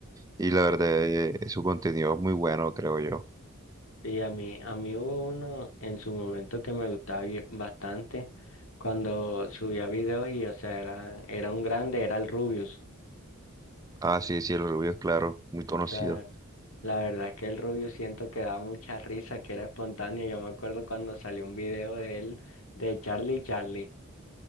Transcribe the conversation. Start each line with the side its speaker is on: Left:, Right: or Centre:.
Right: y la verdad, eh, su contenido es muy bueno, creo yo.
Left: Sí, a mí, a mí hubo uno en su momento que me gustaba bien- bastante cuando subía videos y, o sea, era, era un grande, era el Rubius.
Right: Ah, sí, sí, el rubio es claro, muy conocido.
Left: O sea, la verdad es que el Rubius siento que daba mucha risa, que era espontáneo. Yo me acuerdo cuando salió un video de él, de Charlie Charlie.